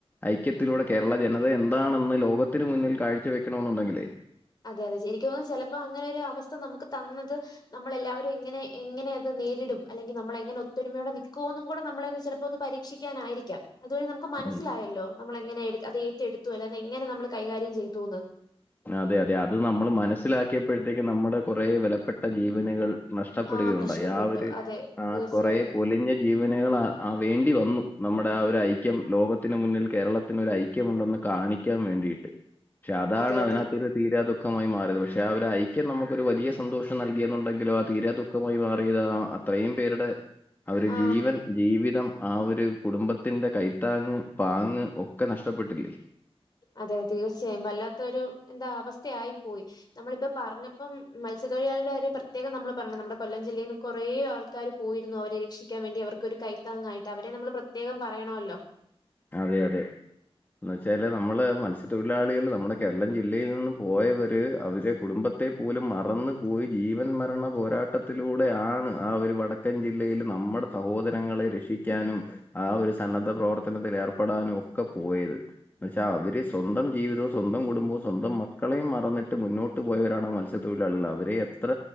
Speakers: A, on the left (about 20°); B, on the left (about 40°).
A: ഐക്യത്തിലൂടെ കേരള ജനത എന്താണന്ന് ലോകത്തിന് മുന്നിൽ കാഴ്ച വെക്കണോന്നുണ്ടങ്കിലേ
B: അതെ അതെ എനിക്ക് തോന്നും ചെലപ്പോ അങ്ങനെ ഒരു അവസ്ഥ നമുക്ക് തന്നത് നമ്മളെല്ലാവരും എങ്ങനെ എങ്ങനെ അത് നേരിടും അല്ലെങ്കിൽ നമ്മളെങ്ങനെ ഒത്തൊരുമയോടെ നിക്കൂന്നുകൂടെ നമ്മളെയൊന്ന് ചെല പ്പോന്ന് പരീക്ഷിക്കാനാരിക്കാം അതുവഴി നമുക്ക് മനസ്സിലായല്ലോ
A: മ്മ്.
B: നമ്മള എങ്ങനെ അത് ഏറ്റെടുത്തു അല്ല അത് എങ്ങന നമ്മള് കൈകാര്യം ചെയ്തുന്ന്
A: അതെ അതെ അത് നമ്മൾ മനസ്സിലാക്കിയപ്പോഴത്തേക്കും നമ്മുടെ കൊറെ വെലപ്പെട്ട ജീവനുകൾ നഷ്ടപ്പെടുകയുണ്ടായി
B: ആ നഷ്ടപ്പെട്ടു
A: ആ ഒരു
B: അതെ
A: ആഹ്
B: തീർച്ചയായും.
A: കൊറേ പൊലിഞ്ഞ ജീവനുകൾ ആ വേണ്ടി വന്നു നമ്മുടെ ആ ഒരു ഐക്യം ലോകത്തിന് മുന്നിൽ കേരളത്തിന് ഒരു ഐ ക്യമുണ്ടന്ന് കാണിക്കാൻ വേണ്ടിട്ട് ഷേ അതാണ്
B: അതെ
A: അതിനാത്തൊരു
B: അതെ.
A: തീരാ ദുഖമായി മാറിയത്. പഷേ ആ ഒരു ഐക്യം നമുക്കൊരു വലിയ സന്തോഷം നൽകിയെന്നുണ്ടെങ്കില് ആ തീരാ ദു ക്കമായി മാറിയത് ആഹ് അത്രയും പേരുടെ അവര്
B: ആ
A: ജീവൻ ജീവിതം ആ ഒരു കുടുംബത്തിന്റെ കൈത്താങ്ങ് പാങ്ങ് ഒക്കെ നഷ്ട്ടപ്പെട്ടില്ലേ
B: അതെ തീർച്ചയായും വല്ലാത്തൊരു എന്താ അവസ്ഥയായി പോയി നമ്മളിപ്പ പറഞ്ഞപ്പം മത്സ്യത്തൊഴിലാളുടെ കാര്യം പ്രത്യേകം നമ്മള് പറയണം നമ്മുടെ കൊല്ലം ജില്ലയിൽന്ന് കൊറേ ആൾക്കാര് പോയിരുന്നു അവരെ രക്ഷിക്കാൻ വേണ്ടി അവർക്കൊരു കൈത്താങ്ങായിട്ട് അവരെ നമ്മൾ പ്രത്യേകം പറയണല്ലോ
A: അതെ അതെ എന്ന് വെച്ചാല് നമ്മള് മത്സ്യത്തൊഴിലാളികൾ നമ്മുടെ കേരളം ജില്ലയിൽ നിന്നും പോയവര് അവരുടെ കുടുംബത്തെ ഓല് മറന്നു പോയി ജീവൻ മരണ പോരാട്ടത്തിലൂടെയാണ് ആ ഒരു വട തെക്കൻ ജില്ലയിൽ നമ്മുടെ സഹോദരങ്ങളെ രക്ഷിക്കാനും ആ ഒര് സന്നദ്ധ പ്രവർത്ത ഏർപ്പെടാനും ഒക്ക പോയത് ന്ന് വച്ചാ അവര് സ്വന്തം ജീവിതവും സ്വന്തം കുടുംബവും സ്വന്തം മക്കളെയും മറന്നിട്ട് മുന്നോ ഇട്ട് പോയവരാണ് മത്സ്യത്തൊഴിലാളികൾ അവരെ എത്ര